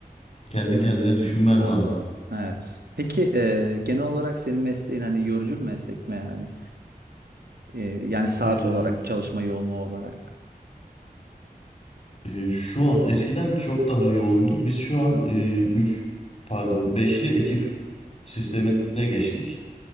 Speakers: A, on the left (about 40°); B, on the right (about 85°).
A: kendi kendine düşünmen
B: An
A: lazım.
B: evet. Peki e, genel olarak senin mesleğin hani yorucu bir meslek mi yani? E, yani saat
A: E,
B: olarak, çalışma yoğunluğu olarak.
A: e, şu an eskiden çok daha yoğundu. Biz şu an e, 3 pardon beşli ekip sistemine geçtik.